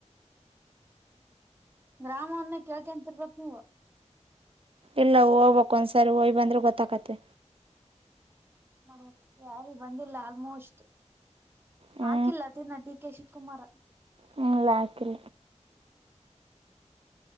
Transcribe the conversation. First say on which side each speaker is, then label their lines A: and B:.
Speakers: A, on the right (about 20°); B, on the right (about 50°).
A: ಗ್ರಾಮವನ್ನ ಕೇಳ್ಕಂತಿರ್ಬೇಕಕ್ ನೀವು
B: ಇಲ್ಲ ಹೋಗ್ಬೇಕಕ್ ಒಂದ್ಸರಿ ಹೋಯ್ ಬಂದ್ರೆ ಗೊತ್ತಾಕತ್ತೆ
A: ಮಾಡ್ಬೇಕು ಯಾರಿಗೆ ಬಂದಿಲ್ಲ ಆಲ್ಮೋಸ್ಟ್
B: ಹ್ಞೂ
A: ಹಾಕಿಲ್ಲ ತಿನ್ನ ಡಿ ಕೆ ಶಿವಕುಮಾರ
B: ಹ್ಮಲ್ಲಾಕಿಲ್ಲ